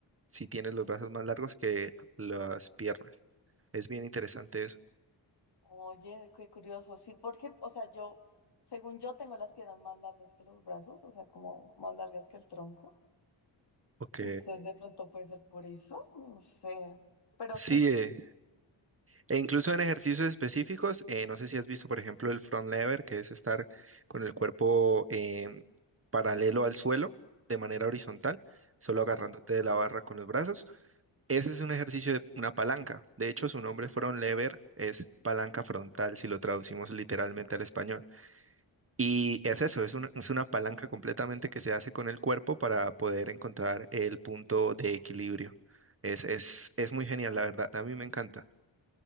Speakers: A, on the right (about 30°); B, on the left (about 55°).
A: si tienes los brazos más largos que las piernas. Es bien interesante eso.
B: Oye, qué curioso. Sí, porque, o sea, yo, según yo, tengo las piernas más largas que los brazos, o sea, como más largas que el tronco.
A: Ok.
B: Entonces de pronto puede ser por eso, no sé. Pero
A: Sí,
B: sí.
A: eh, e incluso en ejercicios específicos, eh, no sé si has visto, por ejemplo, el front lever, que es estar con el cuerpo em, paralelo al suelo de manera horizontal, solo
B: Ajá.
A: agarrándote de la barra con los brazos. Ese es un ejercicio de una palanca. De hecho, su nombre front lever es palanca frontal, si lo traducimos literalmente al español. Y es eso, es una, es una palanca completamente que se hace con el cuerpo para poder encontrar el punto de equilibrio. Es, es, es muy genial, la verdad. A mí me encanta.